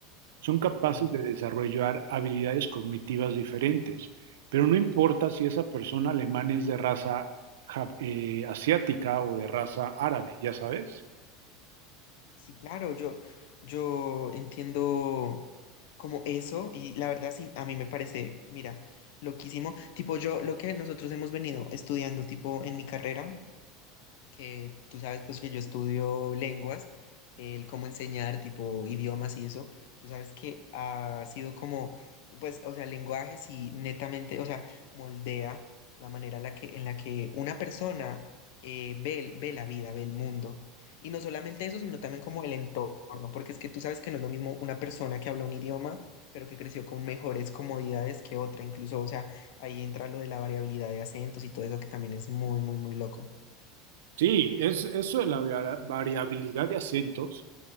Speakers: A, on the right (about 80°); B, on the left (about 70°).
A: son capaces
B: Ujú.
A: de desarrollar habilidades cognitivas diferentes, pero no importa si esa persona alemana es de raza ja- eh, asiática o de raza árabe, ya sabes.
B: Sí, claro, yo, yo entiendo como eso y la verdad sí, a mí me parece, mira, loquísimo. Tipo, yo lo que nosotros hemos venido estudiando, tipo, en mi carrera. que tú sabes pues que yo estudio lenguas, el cómo enseñar tipo idiomas y eso, tú sabes que ha sido como, pues, o sea, el lenguaje sí netamente, o sea, moldea la manera en la que, en la que una persona eh, ve, el- ve la vida, ve el mundo. Y no solamente eso, sino también como el entorno, porque es que tú sabes que no es lo mismo una persona que habla un idioma, pero que creció con mejores comodidades que otra, incluso, o sea, ahí entra lo de la variabilidad de acentos y todo eso que también es muy, muy, muy loco.
A: Sí, es, eso de la via- variabilidad de acentos